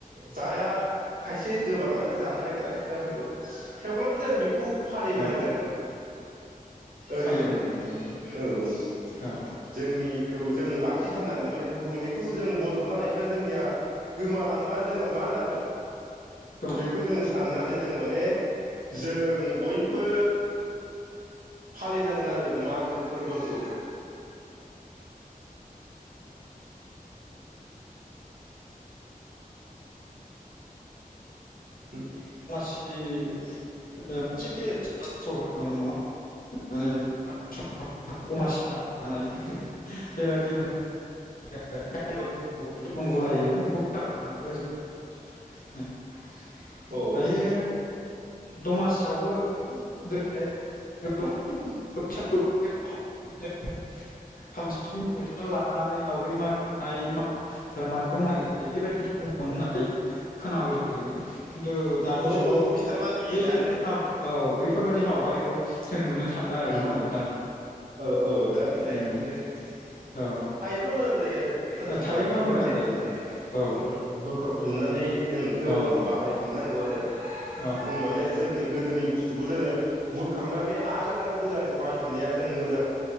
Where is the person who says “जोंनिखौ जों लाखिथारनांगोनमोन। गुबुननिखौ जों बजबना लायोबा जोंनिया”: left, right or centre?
Right